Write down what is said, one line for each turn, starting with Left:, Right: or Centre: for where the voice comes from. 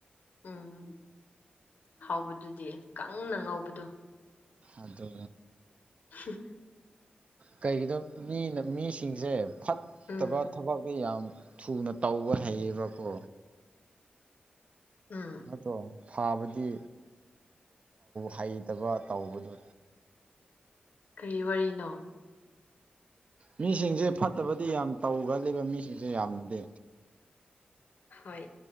Left: ꯎꯝ ꯍꯥꯎꯕꯗꯨꯗꯤ ꯀꯪꯅ ꯉꯧꯕꯗꯣ
Right: ꯑꯗꯣ
Left: ꯎ
Right: ꯀꯩꯒꯤꯅꯣ ꯃꯤꯅ ꯃꯤꯁꯤꯡꯁꯦ ꯐꯠ
Left: ꯎꯝ
Right: ꯠꯇꯕ ꯊꯕꯇꯤ ꯌꯥꯝ ꯊꯨꯅ ꯇꯧꯕ ꯍꯩꯌꯦꯕꯀꯣ
Left: ꯎꯝ
Right: ꯑꯗꯣ ꯐꯕꯗꯤ ꯍꯩꯇꯕ ꯇꯧꯕꯗꯣ
Left: ꯀꯔꯤ ꯋꯥꯔꯤꯅꯣ
Right: ꯃꯤꯁꯤꯡꯁꯦ ꯐꯠꯇꯕꯗꯤ ꯌꯥꯝ ꯇꯧꯈ꯭ꯔꯜꯂꯤꯕ ꯃꯤꯁꯤꯡꯁꯦ ꯌꯥꯝꯅꯗꯦ
Left: ꯍꯣꯏ